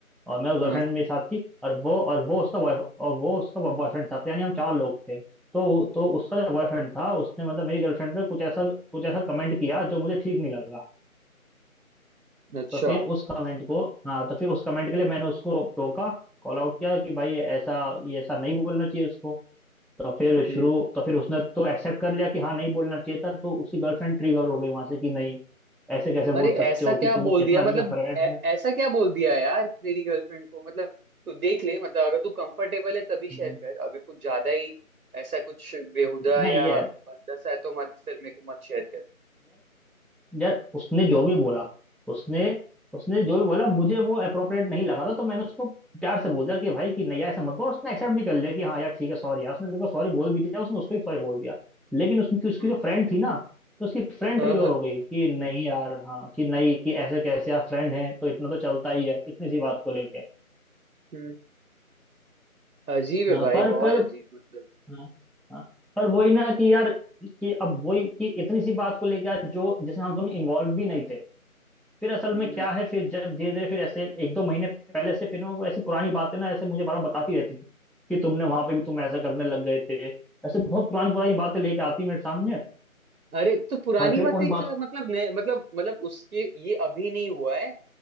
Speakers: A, in the centre; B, on the right (about 80°).
A: और मैं उस
B: हाँ
A: गर्लफ्रेंड मेरे साथ थी और वो और वो उसका बॉय और वो उसका बॉयफ्रेंड था तो यानी हम चार लोग थे तो तो उसका जो बॉयफ्रेंड था उसने मतलब मेरी गर्लफ्रेंड पे कुछ ऐसा कुछ ऐसा कमेंट किया जो मुझे ठीक नहीं लगा
B: अच्छा
A: तो फिर उस कमेंट को हाँ तो फिर उस कमेंट के लिए मैंने उसको टोका कॉल आउट किया कि भाई ये ऐसा ये ऐसा नहीं बोलना चाहिए उसको तो फिर
B: हम्म
A: शुरू तो फिर उसने तो एक्सेप्ट कर लिया कि हाँ नहीं बोलना चाहिए था तो उसकी गर्लफ्रेंड ट्रिगर हो गई वहां से कि नहीं ऐसे कैसे बोल
B: अरे
A: सकते
B: ऐसा
A: हो कि
B: क्या
A: तुम
B: बोल
A: इतना
B: दिया मतलब
A: भी का फ्रेंड
B: ऐ,
A: है
B: ऐसा क्या बोल दिया यार तेरी गर्लफ्रेंड को मतलब तू देख ले मतलब अगर तू कंफर्टेबल है तभी शेयर
A: हम्म,
B: कर अगर कुछ ज्यादा ही ऐसा कुछ बेहुदा
A: नहीं
B: या
A: है
B: भद्दा है तो मत फिर मेरे को मत शेयर कर
A: यार उसने जो भी बोला उसने उसने जो भी बोला मुझे वो अप्रोप्रिएट नहीं लगा था तो मैंने उसको प्यार से बोल दिया कि भाई कि नहीं यार ऐसा मत बोल उसने एक्सेप्ट भी कर लिया कि हाँ यार ठीक है सॉरी यार उसने मेरे को सॉरी बोल भी दिया उसने उसको भी सॉरी बोल दिया लेकिन उसकी उसकी
B: हम्म
A: जो फ्रेंड थी ना तो उसकी फ्रेंड
B: हाँ
A: ट्रिगर
B: हाँ
A: हो गई कि नहीं यार हाँ कि नहीं कि ऐसे कैसे यार फ्रेंड है तो इतना तो चलता ही है इतनी सी बात को लेके
B: हम्म अजीब है
A: हाँ,
B: भाई
A: पर
B: बहुत
A: फिर
B: अजीब मतलब
A: हाँ, हाँ, पर वही ना कि यार कि अब वही कि इतनी सी बात को लेके यार जो जिसमें हम दोनों इन्वॉल्व भी नहीं थे फिर असल
B: हम्म
A: में क्या
B: हम्म।
A: है फिर जब धीरे धीरे फिर ऐसे एक दो महीने पहले से फिर ना वो ऐसी पुरानी बातें ना ऐसे मुझे बार बार बताती रहती थी कि तुमने वहां पे भी तुम ऐसा करने लग गए थे ऐसे बहुत पुरानी पुरानी बातें लेके आती मेरे सामने
B: अरे तो पुरानी
A: और फिर
B: बातें
A: उन बात
B: का मतलब नए मतलब मतलब उसके ये अभी नहीं हुआ है